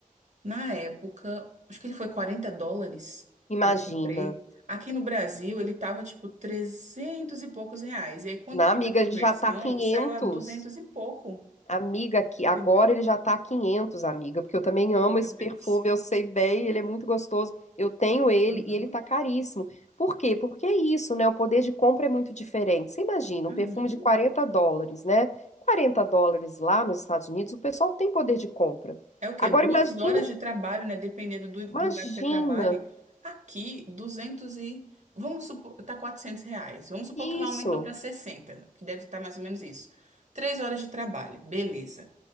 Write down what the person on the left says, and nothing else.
Imagina.
Na
amiga,
ele já tá 500,
Amiga, aqui,
agora ele já tá quinhentos, amiga, porque eu também
amo
esse
perfume, eu sei bem, ele é muito gostoso. Eu tenho ele
e ele tá caríssimo. Por quê? Porque é isso, né? O poder de compra é muito diferente. Você imagina,
um perfume de 40 dólares, né? 40 dólares lá nos Estados Unidos, o pessoal tem poder de compra.
Agora
imagina
Imagina
isso.